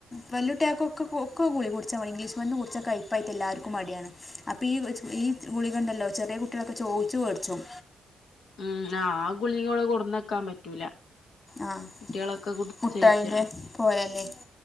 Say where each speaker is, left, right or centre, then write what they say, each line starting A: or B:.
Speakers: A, on the left; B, on the left.
A: വല്ല്യാട്ടാക്കോക്കെ പൊവ്ക്ക ഗുളിക കൊടിച്ചാന് ഇംഗ്ലീഷ് മരുന്ന് കുടിച്ചാന് കൈപ്പായിട്ട് എല്ലാർക്കും മടിയാണ് അപ്പൊ ഈ ച് ഈ ഗുളികണ്ടല്ലോ ചെറിയ കുട്ടികളൊക്കെ ചോയ്ച്ച്‌ വേട്ച്ചും
B: മ് ആഹ് ആഹ് ഗുളിക ഇവടെ കൊട്ന്നക്കാൻ പറ്റൂല
A: ആഹ്
B: കുട്ടികളൊക്കെ കുടിച്ചേച്ചാണ്
A: മുട്ടായിൻ്റെ പോലല്ലേ